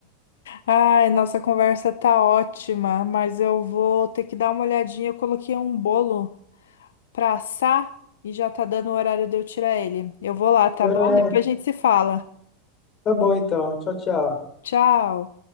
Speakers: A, on the left (about 85°); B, on the left (about 35°).
A: Ai, nossa conversa tá ótima, mas eu vou ter que dar uma olhadinha. Eu coloquei um bolo pra assar e já tá dando o horário de eu tirar ele. Eu vou lá, tá
B: Ah,
A: bom? Depois a gente se fala.
B: tá bom então. Tchau, tchau.
A: Tchau.